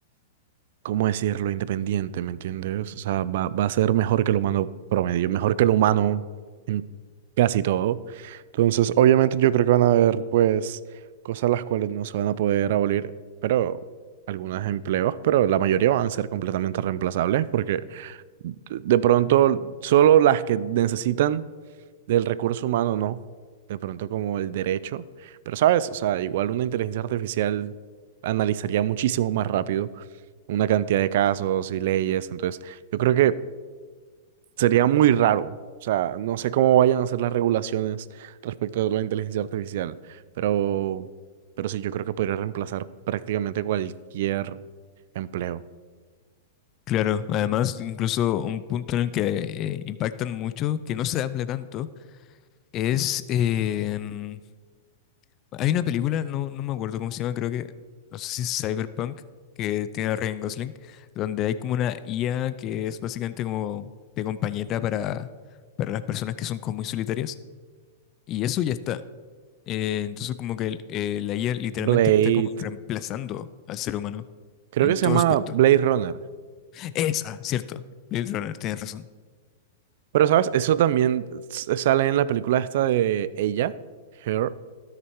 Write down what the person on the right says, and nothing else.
¿cómo decirlo? Independiente, ¿me entiendes? O sea, va, va a ser mejor que el humano promedio, mejor que el humano en casi todo. Entonces, obviamente yo creo que van a haber, pues, cosas las cuales no se van a poder abolir, pero algunos empleos, pero la mayoría van a ser completamente reemplazables porque de pronto solo las que necesitan del recurso humano, no, de pronto como el derecho, pero sabes, o sea, igual una inteligencia artificial analizaría muchísimo más rápido una cantidad de casos y leyes, entonces yo creo que sería muy raro, o sea, no sé cómo vayan a ser las regulaciones respecto a la inteligencia artificial, pero, pero sí, yo creo que podría reemplazar prácticamente cualquier empleo.
Blade,
creo
que
se llama
Blade Runner.
Pero, ¿sabes? Eso también s- eh, sale en la película esta de ella, Her.